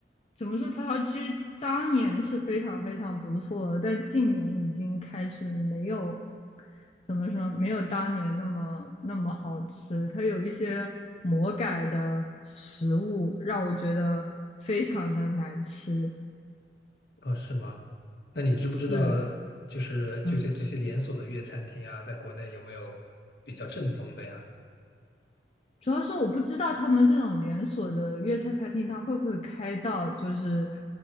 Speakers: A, on the left (about 35°); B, on the left (about 65°).
A: 怎么说，陶陶居当年是非常非常不错的，但近年已经开始没有，怎么说，没有当年那么那么好吃。它有一些魔改的食物，让我觉得非常的难吃。
B: 哦，是吗？那你知不知道，
A: 是，
B: 就是就是这些连锁的粤餐厅啊，
A: 嗯。
B: 在国内有没有比较正宗的呀？
A: 主要是我不知道他们这种连锁的粤菜餐厅，它会不会开到就是